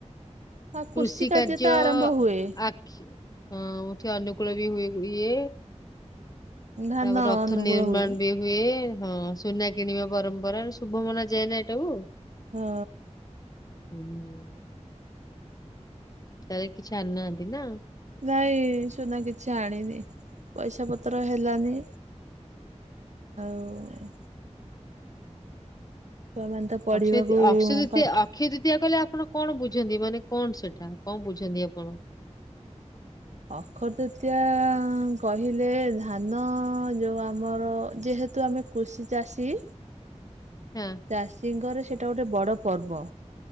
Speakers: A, on the right (about 75°); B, on the left (about 30°).
A: ହଁ
B: କୃଷି କାର୍ଯ୍ୟ
A: ତ ଆରମ୍ଭ ହୁଏ
B: ଆଖି ହୁଁ ଠିଆ ଅନୁକୂଳବି ହୁ-ହୁଏ।
A: ଧାନ
B: ତାପରେ ରଥ
A: ଅନୁକୂଳ
B: ନିର୍ମାଣ
A: ହୁଏ
B: ବି ହୁଏ। ହଁ ସୁନା କିଣିବା ପରମ୍ପରା ଶୁଭ ମନା ଯାଏନା ଏଟାକୁ।
A: ହଁ।
B: ହୁଁ। ତାହେଲେ କିଛି, ଆଣି ନାହାନ୍ତି ନା?
A: ନାଇଁ ସୁନା କିଛି ଆଣିନି ପଇସା ପତର ହେଲାନି। ଆଉ। ଛୁଆମାନେ ତ ପଢିବାକୁ
B: ଅକ୍ସୟତ୍, ଅକ୍ସୟ ତୃତୀୟା,
A: ପାଠ
B: ଅକ୍ଷୟ ତୃତୀୟା କଇଲେ ଆ ଆପଣ କଣ, ବୁଝନ୍ତି? ମାନେ କଣ ସେଟା କଣ ବୁଝନ୍ତି ଆପଣ?
A: ଅଖତୃତୀୟା କହିଲେ, ଧାନ ଯୋଉ ଆମର ଯେହେ ହେତୁ, ଆମେ କୃଷି ଚାଷୀ
B: <unintelligible> ହଁ
A: ଚାଷୀଙ୍କର ସେଟା ଗୋଟେ ବଡ ପର୍ବ।